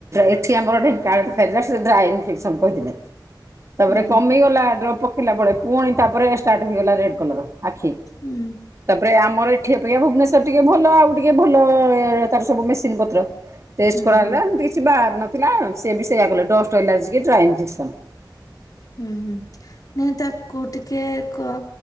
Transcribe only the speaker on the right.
ଏଠି ଆମର ଢେଙ୍କାଳ ଖାଇଥିଲା ସେ ଡ୍ରାଇନ୍ ଫ୍ରିକ। ସବୁ କହିଥିଲେ। ତାପରେ
କମିଗଲା ଡ୍ରପ୍ ପକେଇଲା ବେଳେ ପୁଣି ତାପରେ ଷ୍ଟାର୍ଟ ହେଇଗଲା ରେଡ୍ କଲର ଆଖି।
ତାପରେ ଆମର ଏଠି ପ୍ରିୟା ଭୁବନେଶ୍ୱର ଟିକେ ଭଲ ଆଉ ଟିକେ ଭଲ ତାର ସବୁ ମେସିନ ପତ୍ର। ଟେଷ୍ଟ
କରାଗଲା
ଏମିତି କିଛି ବାହାରି ନଥିଲା ସେ ବି ସେୟଆ କଲା ଡଷ୍ଟ ଏଲାର୍ଜି କି ଡ୍ରାଏ ଇନଫେକ୍ସନ୍।